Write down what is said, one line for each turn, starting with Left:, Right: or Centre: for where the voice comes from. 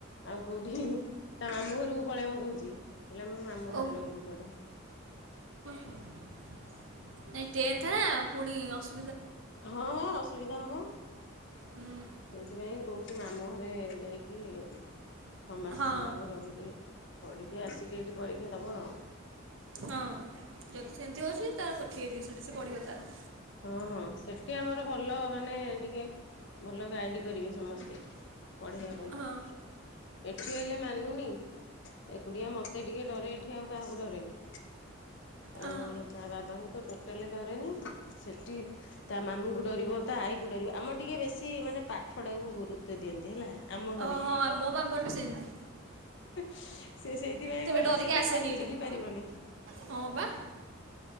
Left: ଆଉ କୋଉଠି ତା ମାମୁଁ ଘରକୁ ପଳେଇବ କହୁଛି। କହିଲା ମୁଁ ମାମୁଁ
Right: ଓ
Left: ଘରେ ରହିକି ପଢ଼ିବି।
Right: ନାଇ ଟେନ୍ଥ ନା ପୁଣି ଅସୁ
Left: ହଁ ଅସୁବିଧା ହବ ସେଇଥିପାଇଁ
Right: ହୁଁ
Left: କହୁଚି ମାମୁଁ ଘ ରେ ଯାଇକି ଛଅ ମାସ
Right: ହଁ
Left: ଖଣ୍ଡେ ଆଉ ରହିକି ପଢିକି ଆସିକି ଏଇଠି ପରୀକ୍ଷା ଦବ ଆଉ।
Right: ହଁ ଯଦି ସେମିତି ହଉଛି ତାର ପଠେଇ ଦିଅ ସେଠି ସେ ପଢିବ ତାର।
Left: ହଁ ହଁ ସେଟି ଆମର ଭଲ ମାନେ ଟିକେ ଭଲ ଗାଇଡ୍ କରିବେ ସମସ୍ତେ ପଢିବା ପାଇଁ।
Right: ହଁ
Left: ଏଠି ହେଲେ ମାନୁନି ଏକୁଟିଆ ମୋତେ ଟିକେ ଡରେ ଏଠି ଆଉ କାହାକୁ ଡରେନି। ଆଉ
Right: ହଁ।
Left: ତା ବାବାଙ୍କୁ ତ ଟୋଟାଲି ଡରେନି। ସେଟି ତା ମାମୁଁଙ୍କୁ ଡରିବ। ତା ଆଇକୁ ଡରିବ। ଆମ ଟିକେ ବେଶୀ ମାନେ ପାଠଟାକୁ ଗୁରୁତ୍ୱ ଦିଅନ୍ତି ହେଲା। ଆମ ଘରେ।
Right: ଓହୋ ଆ, ମୋ ବା ଆମର ବି ସେମତି।
Left: ସେ ସେଇଥିପାଇଁ ଗଲେ
Right: ଡରିକି
Left: ସେଠି
Right: ଆସେନି
Left: ହଲି
Right: ଏଠିକି
Left: ଚଲି ପାରିବନି।
Right: ହଁ ବା।